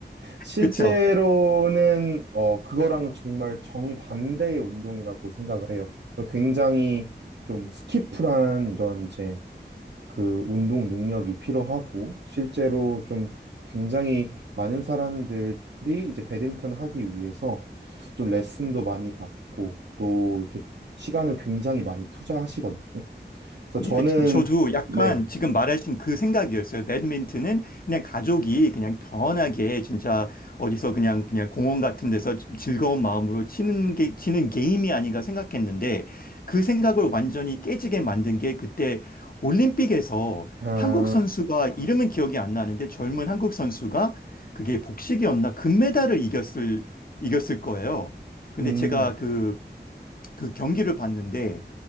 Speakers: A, on the right; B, on the left.
A: 실제로는
B: 그쵸?
A: 어, 그거랑 정말 정반대의 운동이라고 생각을 해요. 굉장히 좀 스키프란 이런 이제 그 운동 능력이 필요하고 실제로 좀 굉장히 많은 사람들이 이제 배드민턴 하기 위해서 좀 레슨도 많이 받고 또 이렇게 시간을 굉장히 많이 투자하시거든요. 그래서 저는
B: 네, 저- 저도 약간
A: 네,
B: 지금 말하신 그 생각이었어요. 배드민턴은 그냥 가족이 그냥 편하게 진짜 어디서 그냥 그냥 공원 같은 데서 지- 즐거운 마음으로 치는 게 치는 게임이 아닌가 생각했는데 그 생각을 완전히 깨지게 만든 게 그때 올림픽에서
A: 아,
B: 한국 선수가 이름은 기억이 안 나는데 젊은 한국 선수가 그게 복식이었나 금메달을 이겼을 이겼을 거예요. 근데
A: 음,
B: 제가 그 그 경기를 봤는데